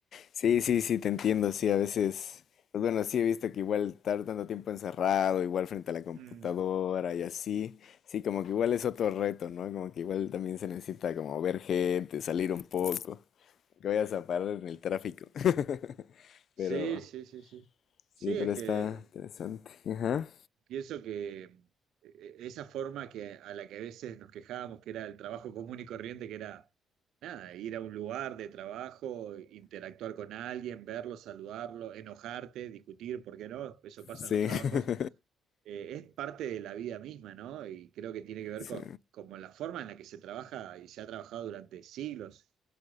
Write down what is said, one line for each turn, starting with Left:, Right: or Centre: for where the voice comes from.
Left: Sí, sí, sí, te entiendo, sí, a veces, pues bueno, sí he visto que igual estar tanto tiempo encerrado, igual frente a la computadora
Right: Mm.
Left: y así, sí, como que igual es otro reto, ¿no? Como que igual también se necesita como ver gente, salir un poco, que vayas a parar en el tráfico. <laughs>
Right: Sí,
Left: Pero,
Right: sí, sí, sí.
Left: sí,
Right: Sí, es
Left: pero
Right: que
Left: está interesante. Ajá.
Right: Pienso que eh, esa forma que, a la que a veces nos quejábamos, que era el trabajo común y corriente, que era nada, ir a un lugar de trabajo, interactuar con alguien, verlo, saludarlo, enojarte, discutir, ¿por qué no? Eso pasa
Left: Sí,
Right: en los trabajos
Left: <laughs>
Right: eh, es parte de la vida misma, ¿no? Y creo que tiene que ver
Left: sí,
Right: con, como la forma en la que se trabaja y se ha trabajado durante siglos.